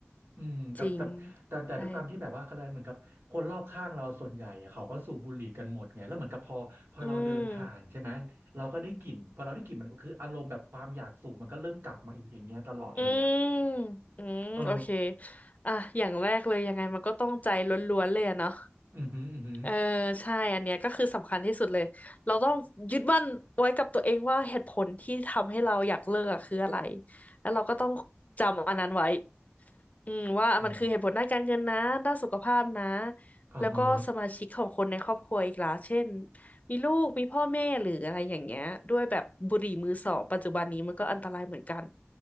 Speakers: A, on the right; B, on the left.
A: อืมแต่แต่แต่แต่ด้วยความที่แบบว่าอะไรเหมือนกับคนรอบข้างเราส่วนใหญ่อะเขาก็สูบบุหรี่กันหมดไงแล้วเหมือนกับพอพอเราเดินผ่านใช่ไหมเราก็ได้กลิ่นพอเราได้กลิ่นมันคืออารมณ์แบบความอยากสูบมันก็เริ่มกลับมาอีกอย่างเงี้ยตลอดเลยอ่ะ
B: จริงใช่อืมอืมอืมโอเค
A: เออ
B: อ่ะอย่างแรกเลยยังไงมันก็ต้องใจล้วนๆเลยอะเนาะ
A: อือหืออือหือ
B: เออใช่อันเนี้ยก็คือสำคัญที่สุดเลยเราต้องยึดมั่นไว้กับตัวเองว่าเหตุผลที่ทำให้เราอยากเลิกอะคืออะไรแล้วเราก็ต้องจำอันนั้นไว้อืมว่ามันคือเหตุผลด้านการเงินนะด้านสุขภาพนะ
A: อ๋ออ่าฮะ
B: แล้วก็สมาชิกของคนในครอบครัวอีกล่ะเช่นมีลูกมีพ่อแม่หรืออะไรอย่างเงี้ยด้วยแบบบุหรี่มือสองปัจจุบันนี้มันก็อันตรายเหมือนกัน